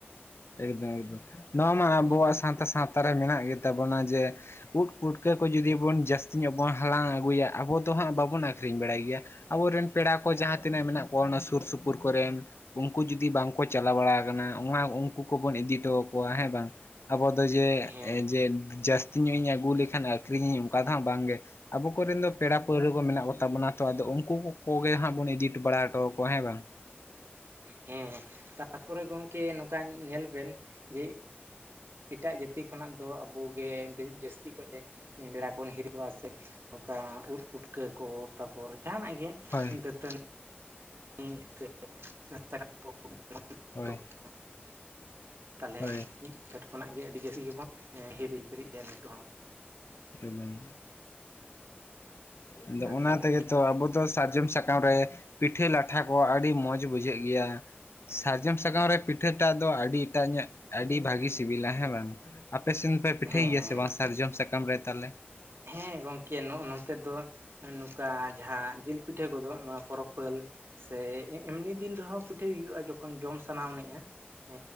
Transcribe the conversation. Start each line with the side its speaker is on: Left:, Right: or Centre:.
Left: ᱮᱠᱫᱚᱢ ᱮᱠᱫᱚᱢ ᱱᱚᱣᱟ ᱢᱟ ᱟᱵᱚᱣᱟᱜ
Right: ᱦᱮᱸ
Left: ᱥᱟᱱᱛᱟᱲ ᱥᱟᱶᱛᱟ ᱨᱮ ᱢᱮᱱᱟᱜ ᱜᱮᱛᱟ ᱵᱚᱱᱟ ᱡᱮ ᱩᱫ ᱯᱩᱴᱠᱟᱹ ᱠᱚ ᱡᱩᱫᱤ ᱵᱚᱱ ᱡᱟᱹᱥᱛᱤ ᱧᱚᱜ ᱵᱚᱱ ᱦᱟᱞᱟᱝ ᱟᱹᱜᱩᱭᱟ ᱟᱵᱚ ᱫᱚ ᱦᱟᱸᱜ ᱵᱟᱵᱚᱱ ᱟᱹᱠᱷᱨᱤᱧ ᱵᱟᱲᱟᱭ ᱜᱮᱭᱟ ᱾ ᱟᱵᱚᱨᱮᱱ ᱯᱮᱲᱟ ᱠᱚ ᱡᱟᱦᱟᱸ ᱛᱤᱱᱟᱹᱜ ᱢᱮᱱᱟᱜ ᱠᱚᱣᱟ ᱚᱱᱟ ᱥᱩᱨ ᱥᱩᱯᱩᱨ ᱠᱚᱨᱮᱱ ᱩᱱᱠᱩ ᱡᱩᱫᱤ ᱵᱟᱝ ᱠᱚ ᱪᱟᱞᱟᱣ ᱵᱟᱲᱟ ᱟᱠᱟᱱᱟ ᱚᱱᱟ ᱩᱱ ᱩᱱᱠᱩ ᱠᱚᱵᱚᱱ ᱤᱫᱤ ᱦᱚᱴᱚ ᱟᱠᱚᱣᱟ ᱦᱮᱸ ᱵᱟᱝ ᱟᱵᱚ ᱫᱚ ᱡᱮ
Right: ᱦᱮᱸ
Left: ᱡᱮ ᱡᱟᱹᱥ ᱟᱹᱛᱤ ᱧᱚᱜ ᱤᱧ ᱟᱹᱜᱩ ᱞᱮᱠᱷᱟᱱ ᱟᱹᱠᱷᱨᱤᱧ ᱤᱧ ᱚᱱᱠᱟ ᱫᱚ ᱦᱟᱜ ᱵᱟᱝ ᱜᱮ ᱟᱵᱚ ᱠᱚᱨᱮᱱ ᱫᱚ ᱯᱮᱲᱟ ᱯᱟᱹᱲᱦᱟᱹ ᱠᱚ ᱢᱮᱱᱟᱜ ᱠᱚᱛᱟ ᱵᱚᱱᱟ ᱛᱚ ᱟᱫᱚ ᱩᱱᱠᱩ ᱠᱚᱜᱮ ᱦᱟᱸᱜ ᱵᱚᱱ ᱤᱫᱤ ᱦᱚᱴᱚ ᱵᱟᱲᱟ ᱦᱚᱴᱚ ᱟᱠᱚᱣᱟ ᱦᱮᱸ ᱵᱟᱝ?
Right: ᱦᱮᱸ ᱛᱟᱯᱚᱨᱮ ᱜᱚᱝᱠᱮ ᱱᱚᱝᱠᱟ ᱧᱮᱞ ᱵᱮᱱ ᱡᱮ ᱮᱴᱟᱜ ᱡᱟᱹᱛᱤ ᱠᱷᱚᱱᱟᱜ ᱫᱚ ᱟᱵᱚ ᱜᱮ ᱡᱟᱹᱥᱛᱤ ᱠᱷᱚᱱ ᱮ ᱵᱮᱲᱟ ᱠᱚᱵᱚᱱ ᱦᱤᱨᱤ ᱠᱚᱣᱟ ᱥᱮ ᱚᱠᱟ ᱩᱫ ᱯᱩᱴᱠᱟᱹ ᱠᱚ ᱛᱟᱨᱯᱚᱨ ᱡᱟᱦᱟᱱᱟᱜ ᱜᱮ
Left: ᱦᱳᱭ
Right: ᱫᱟᱹᱛᱟᱹᱱ <unintelligible>
Left: ᱦᱳᱭ
Right: ᱛᱟᱞᱦᱮ
Left: ᱦᱳᱭ
Right: ᱢᱤᱫ ᱯᱷᱮᱰ ᱠᱷᱚᱱᱟᱜ ᱜᱮ ᱟᱹᱰᱤ ᱡᱟᱹᱥᱛᱤ ᱜᱮᱵᱚᱱ ᱦᱤᱨᱤ ᱦᱤᱯᱨᱤ ᱞᱮᱭᱟ ᱱᱤᱛᱳᱜ ᱦᱚᱸ ᱾
Left: <unintelligible> ᱟᱫᱚ ᱚᱱᱟ
Right: ᱛᱟᱦᱚᱞᱮ
Left: ᱛᱮᱜᱮ ᱟᱵᱚ ᱫᱚ ᱥᱟᱨᱡᱚᱢ ᱥᱟᱠᱟᱢ ᱨᱮ ᱯᱤᱴᱷᱟᱹ ᱞᱟᱴᱷᱟ ᱠᱚ ᱟᱹᱰᱤ ᱢᱚᱸᱡᱽ ᱵᱩᱡᱷᱟᱹᱜ ᱜᱮᱭᱟ ᱾ ᱥᱟᱨᱡᱚᱢ ᱥᱟᱠᱟᱢ ᱨᱮ ᱯᱤᱴᱷᱟᱹᱴᱟᱜ ᱫᱚ ᱟᱹᱰᱤ ᱮᱴᱟᱜ ᱧᱟᱹᱜ ᱟᱹᱰᱤ ᱵᱷᱟᱹᱜᱤ ᱥᱤᱵᱤᱞᱟ ᱦᱮᱸ ᱵᱟᱝ ᱾ ᱟᱯᱮ ᱥᱮᱱ ᱯᱮ ᱯᱤᱴᱷᱟᱹᱭ
Right: ᱦᱮᱸ
Left: ᱜᱮᱭᱟ
Right: ᱦᱮᱸ
Left: ᱥᱮ ᱵᱟᱝ ᱥᱟᱨᱡᱚᱢ ᱥᱟᱠᱟᱢ ᱨᱮ ᱛᱟᱦᱞᱮ?
Right: ᱦᱮᱸ ᱜᱚᱝᱠᱮ ᱱᱚᱜᱼ ᱱᱚᱛᱮ ᱫᱚ ᱱᱚᱝᱠᱟ ᱡᱟᱦᱟᱸ ᱡᱤᱞ ᱯᱤᱴᱷᱟᱹ ᱠᱚᱫᱚ ᱱᱚᱣᱟ ᱯᱚᱨᱚᱵᱽ ᱯᱟᱹᱞ ᱥᱮ ᱮᱢᱱᱤ ᱫᱤᱱ ᱨᱮᱦᱚᱸ ᱯᱤᱴᱷᱟᱹᱭ ᱦᱩᱭᱩᱜᱼᱟ, ᱡᱚᱠᱷᱚᱱ ᱠᱷᱚᱱ ᱡᱚᱢ ᱥᱟᱱᱟ ᱮᱱᱤᱦᱼᱟ ᱮ